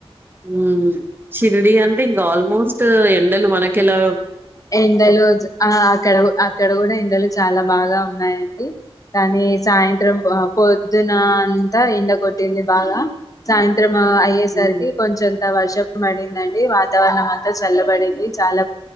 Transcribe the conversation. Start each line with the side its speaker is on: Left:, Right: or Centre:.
Right: ఉ షరిడి అంటే ఇంకా ఆల్మోస్ట్ ఎండలు మనకిలా
Left: ఎండలు ఆ అక్కడ అక్కడ కూడా ఎండలు చాలా బాగా ఉన్నాయండి, కానీ సాయంత్రం త్రం పొద్దున అంతా ఎండ కొట్టింది బాగా సాయంత్రం అ అయ్యేసరికి
Right: మ్మ్
Left: కొంచెంత వర్షం పడిందండి వా వాతావరణం అంతా చల్లబడింది చాలా